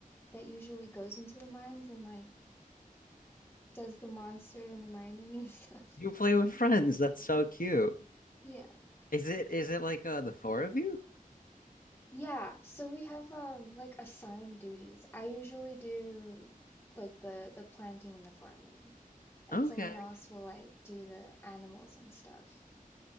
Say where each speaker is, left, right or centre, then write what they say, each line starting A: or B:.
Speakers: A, on the left (about 15°); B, on the left (about 70°).
A: that usually goes into the mines and like does the monster and the mining and <laughs> stuff.
B: you play with friends that's so cute
A: Yeah.
B: is it is it like uh the four of you
A: Yeah, so we have um like assigned duties. I usually do like the the planting and the farming, and
B: okay
A: someone else will like do the animals and stuff.